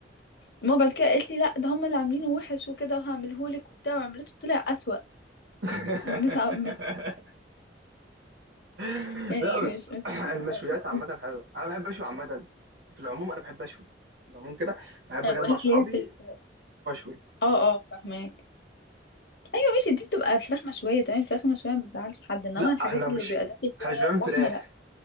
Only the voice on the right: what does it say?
<laughs>
<laughs>
لا بس
<clears throat>
المشويات
عامة
حلوة أنا بحب أشوي عامة في العموم أنا بحب أشوي في العموم كده بحب
أجمع
صحابي
وأشوي
لا
احنا مش
احنا مش بنعمل
فراخ